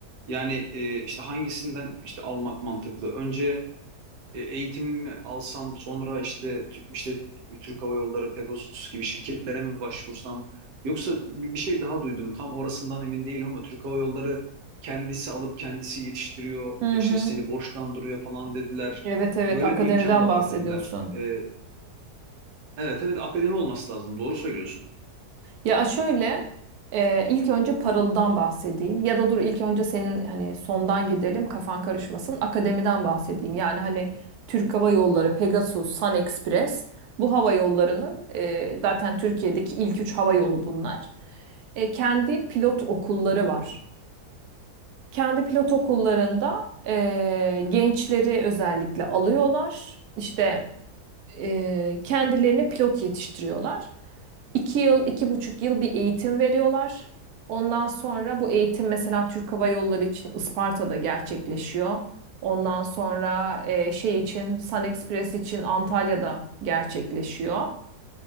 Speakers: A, on the right; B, on the right.
A: Yani e, işte hangisinden işte almak mantıklı? Önce e, eğitimimi alsam sonra işte tü- işte Türk Hava Yolları, Pegasus gibi şirketlere mi başvursam yoksa bir bir şey daha duydum. Tam orasından emin değilim ama Türk Hava Yolları kendisi alıp kendisi yetiştiriyor,
B: Hı
A: işte
B: hı.
A: seni borçlandırıyor falan dediler.
B: Evet evet
A: Böyle
B: akademiden
A: bir imkan da
B: bahsediyorsun.
A: var dediler. E, evet evet akademi olması lazım. Doğru söylüyorsun.
B: Ya şöyle e, ilk önce paralıdan bahsedeyim ya da dur ilk önce senin hani sondan gidelim kafan karışmasın akademiden bahsedeyim. Yani hani Türk Hava Yolları, Pegasus, Sun Express bu hava yollarının e, zaten Türkiye'deki ilk üç hava yolu bunlar. E, kendi pilot okulları var. Kendi pilot okullarında eee, gençleri özellikle alıyorlar. İşte eee, kendilerine pilot yetiştiriyorlar. İki yıl, iki buçuk yıl bir eğitim veriyorlar. Ondan sonra bu eğitim mesela Türk Hava Yolları için Isparta'da gerçekleşiyor. Ondan sonra eee, şey için Sun Express için Antalya'da gerçekleşiyor.